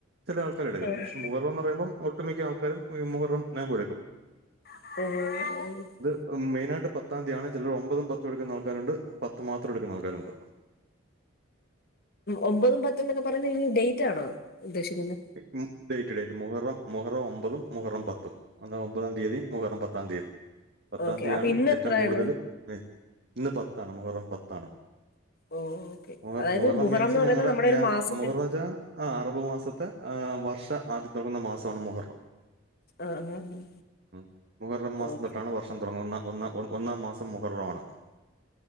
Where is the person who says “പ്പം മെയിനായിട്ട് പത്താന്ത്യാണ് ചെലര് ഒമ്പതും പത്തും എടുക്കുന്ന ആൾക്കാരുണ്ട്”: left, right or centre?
Right